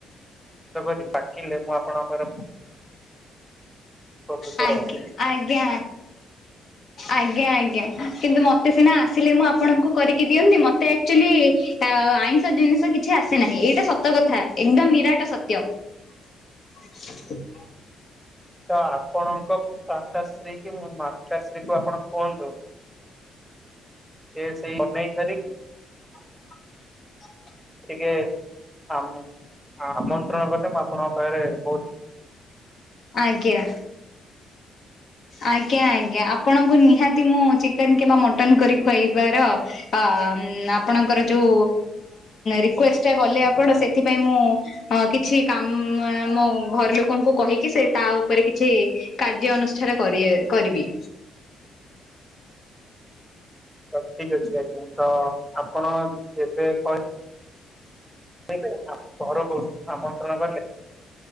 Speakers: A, in the centre; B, on the left.
A: କରି କି ଡାକିଲେ ମୁଁ ଆପଣଙ୍କର ଉପକୃତ
B: ଆଗ
A: କରନ୍ତି।
B: ଆଜ୍ଞା। ଆଜ୍ଞା ଆଜ୍ଞା କିନ୍ତୁ ମତେ ସିନା ଆସିଲେ ମୁଁ ଆପଣଙ୍କୁ କରିକି ଦିଅନ୍ତି। ମତେ ଆକଚୁଲି ଆଇଁଷ ଜିନିଷ କିଛି ଆସେ ନାହିଁ। ଏଇଟା ସତ କଥା ଏକଦମ ନିରାଟ ସତ୍ୟ। <unintelligible>
A: ତ ଆପଣଙ୍କ ମାତାଶ୍ରୀ କି ମାତାଶ୍ରୀ କୁ ଆପଣ କୁହନ୍ତୁ। ଯେ ସେଇ ବନେଇ କରି
B: <unintelligible>
A: ଟିକେ ଆମ ଆମନ୍ତ୍ରଣ କଲେ ମୁଁ ଆପଣଙ୍କ ପାଖରେ ବୋହୁତ
B: ଆଜ୍ଞା। ଆଜ୍ଞା ଆଜ୍ଞା ଆପଣଙ୍କୁ ନିହାତି ମୁଁ ଚିକେନ କିମ୍ବା ମଟନ କରି ଖୁଆଇବାର ଅ ଆପଣଙ୍କର ଯୋଉ ରିକ୍ୱେଷ୍ଟଟା କଲେ ଆପଣ ସେଥିପାଇଁ ମୁଁ ଅ କିଛି କାମ ମୋ ଘର ଲୋକଙ୍କୁ କହିକି ସେ ତା ଉପରେ କିଛି କାର୍ଯ୍ୟ ଅନୁଷ୍ଠାନ କରି କରିବି।
A: ତ ଠିକ ଅଛି ଆଜ୍ଞା ତ ଆପଣ ଏବେ କହି ସେପାଇ ଘରକୁ ଆମନ୍ତ୍ରଣ କଲେ